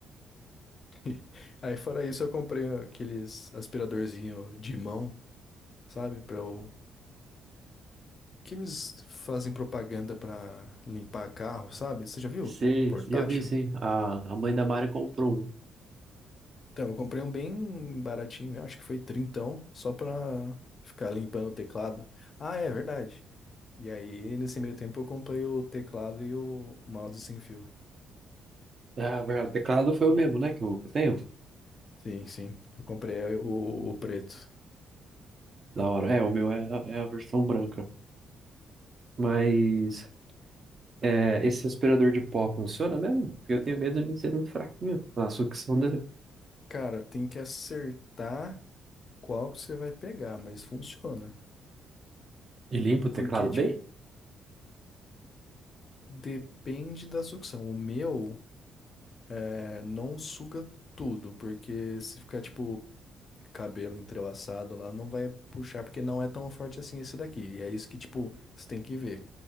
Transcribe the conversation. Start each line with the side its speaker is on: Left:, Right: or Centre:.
Left: <laughs> Aí fora isso eu comprei aqueles aspiradorzinho de mão, sabe? Pra eu... Que eles fazem propaganda pra limpar carro, sabe? Você já viu?
Right: Você,
Left: Portátil?
Right: você já viu isso, A, a mãe da Mari comprou um.
Left: Então, eu comprei um bem baratinho, eu acho que foi trintão, só pra ficar limpando o teclado. Ah, é verdade. E aí, nesse meio tempo, eu comprei o teclado e o mouse sem fio.
Right: É, na verdade, o teclado foi o mesmo, né? Que eu, que eu tenho.
Left: Sim, sim. Eu comprei o, o preto.
Right: Da hora. É, o meu é, a- é a versão branca. Mas é, esse aspirador de pó funciona mesmo? Porque eu tenho medo de ser muito fraquinho Ah, a sucção dele.
Left: Cara, tem que acertar qual que você vai pegar, mas funciona.
Right: E limpa o teclado
Left: Porque, tipo,
Right: bem?
Left: depende da sucção. O meu é, não suga tudo, porque se ficar, tipo, cabelo entrelaçado lá, não vai puxar, porque não é tão forte assim esse daqui. E é isso que, tipo, você tem que ver.